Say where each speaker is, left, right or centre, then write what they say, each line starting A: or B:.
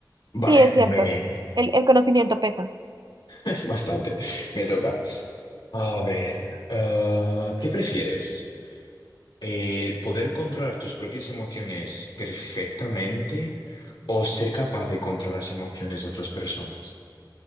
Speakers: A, on the left; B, on the right.
A: Vale,
B: Sí, es cierto.
A: me...
B: El, el conocimiento pesa.
A: <laughs> Bastante, me toca. A ver, ah, ¿qué prefieres? Eh, ¿poder controlar tus propias emociones perfectamente o ser capaz de controlar las emociones de otras personas?